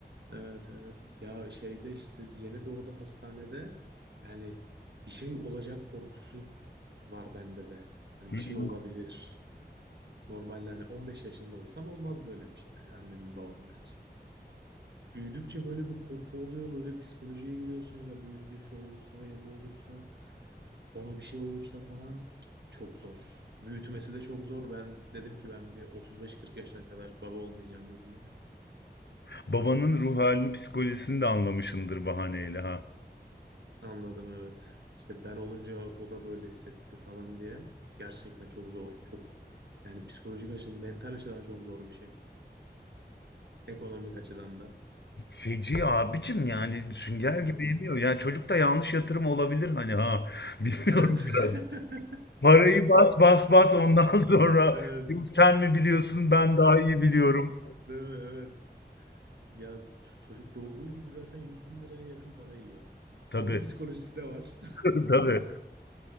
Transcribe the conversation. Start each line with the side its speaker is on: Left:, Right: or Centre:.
Right: Evet evet ya şeyde işte yeni doğdu hastanede yani bir şey olacak korkusu var bende de. Yani
Left: Hı.
Right: bir şey olabilir. Normalde hani 15 yaşında olsam olmaz böyle bir şey. Yani annemin babamın her şey. Büyüdükçe böyle bir korku oluyor. Böyle psikolojiye giriyorsun ya büyüyünce şu olursa ya bu olursa ona bir şey olursa falan Cık, çok zor. Büyütmesi de çok zor. Ben dedim ki ben bir 35-40 yaşına kadar baba olmayacağım dedim ya.
Left: Babanın ruh halini psikolojisini de anlamışındır bahaneyle ha.
Right: Anladım evet. İşte ben olunca o da böyle hissetti falan diye. Gerçekten çok zor. Çok yani psikolojik açıdan, mental açıdan çok zor bir şey. Ekonomik açıdan da.
Left: Feci abicim yani sünger
Right: Evet.
Left: gibi yemiyor. Yani çocuk da yanlış yatırım olabilir hani ha. <laughs> Bilmiyorum
Right: Evet.
Left: ben.
Right: <laughs>
Left: Parayı bas bas bas ondan <laughs> sonra
Right: Evet.
Left: yok sen mi biliyorsun ben daha iyi biliyorum.
Right: Değil mi? Evet. Ya ç- çocuk doğduğu gibi zaten yüz bin liraya yakın para yiyor.
Left: Tabii
Right: Onun psikolojisi de var.
Left: <laughs> tabii.